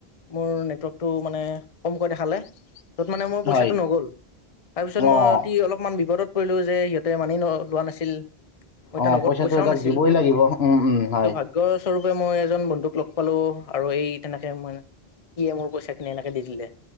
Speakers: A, on the left (about 35°); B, on the left (about 80°).
A: মোৰ নেটৱৰ্ক টো মানে কমকৈ দেখালে য'ত মানে মোৰ পইচাটো
B: হয়
A: নগ'ল। তাৰপিছত মই
B: অঁ
A: অতি, অলপমান বিপদত কৰিলো যে, সিহঁতে মানি ন, লোৱা নাছিল। মোৰ এতিয়া
B: অ',
A: নগদ
B: পইচাটো
A: পইচাও
B: সিহঁতক
A: নাছিল
B: দিবই লাগিব। উম, উম,
A: কিন্তু
B: হয়।
A: <unintelligible> মই এজন বন্ধুক লগ পালো আৰু এই তেনেকে মানে, সিয়ে মোৰ পইচা <unintelligible> এনেকে দি দিলে।